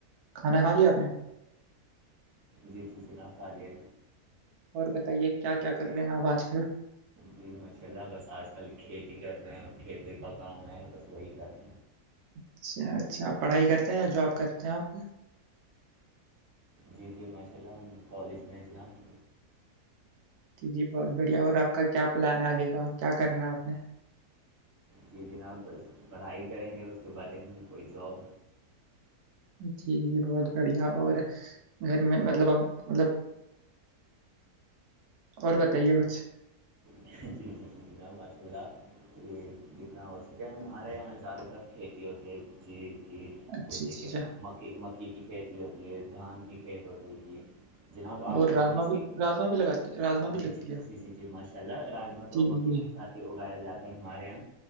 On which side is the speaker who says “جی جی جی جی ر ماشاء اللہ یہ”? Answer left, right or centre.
Right